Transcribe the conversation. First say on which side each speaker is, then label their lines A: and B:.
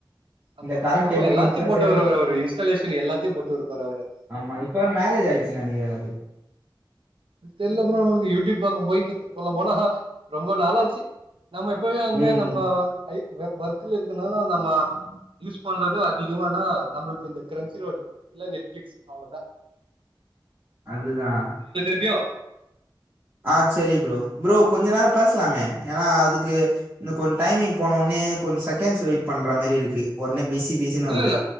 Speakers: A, on the right (about 80°); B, on the right (about 25°).
A: ஆம்மா
B: இந்த கரண்ட்
A: அவர்
B: எப்டி
A: எல்லாத்தை
B: மிச்சம்
A: போட்டோ
B: சேம்
A: எடுப்பாரு அவரு இன்ஸ்டாலேஷன் எல்லாத்தை போட்டோ எடுப்பாரு அவரு
B: ஆமா இப்ப வேற மேரேஜ் ஆயிடுச்சுன்னு நெனைக்கிறே அவருக்கு
A: தெர்ல ப்ரோ அவங்குளுக்கு யூடியூப் பக்கோ போய்ட் சொல்ல போனா ரொம்ப நாளாச்சு நம்ம எப்வுமே வந்து
B: ம்
A: நம்ம <unintelligible> இருக்கனாலு நம்ம யூஸ் பண்றது அதிகமா னா நம்ளுக்கு ந்த கிரெஞச் ரோல் இல்ல நெட்ஃப்ளிக்ஸ் அவ்ளதா
B: அதுதா
A: வி வா
B: ஆஹ் செரி புரோ புரோ கொஞ்ச நேரோ பேஸ்லாமே ஏனா அதுக்கு இந்த கொஞ் டைமிங் போனோ னே கொஞ் செக்கெண்ட்ஸ் வெயிட் பண்ற மாரி ருக்கு ஒடனே பிஸி பிஸின்னு
A: இல்ல
B: வருது
A: ல்ல